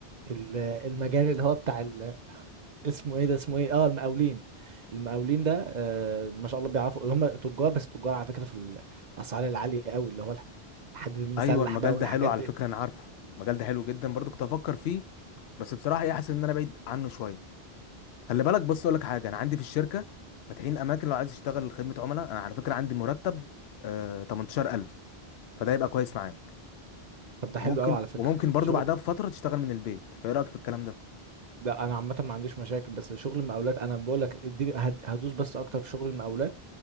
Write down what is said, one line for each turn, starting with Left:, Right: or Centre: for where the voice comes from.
Right: ال- المجال اللي هو بتاع ال- اسمه ايه ده اسمه ايه اه المقاولين المقاولين ده آه ما شاء الله بيعرفوا اللي هم تجار بس تجار على فكره في الاسعار العاليه قوي اللي هو الح- الحديد المسلح
Left: ايوه المجال
Right: بقى والحاجات
Left: ده حلو على
Right: دي
Left: فكره انا عارفه المجال ده حلو جدا برضه كنت افكر فيه بس بصراحه ايه حاسس ان انا بعيد عنه شويه خلي بالك بص اقول لك حاجه انا عندي في الشركه فاتحين اماكن لو عايز تشتغل خدمه عملاء انا على فكره عندي مرتب آه 18000 فده يبقى كويس معاك
Right: طب ده
Left: وممكن
Right: حلو قوي على فكره
Left: وممكن برضو
Right: شغل
Left: بعدها بفتره تشتغل من البيت فايه رايك في الكلام ده
Right: ده انا عامه ما عنديش مشاكل بس شغل المقاولات انا بقول لك اديني هد- هدوس بس اكتر في شغل المقاولات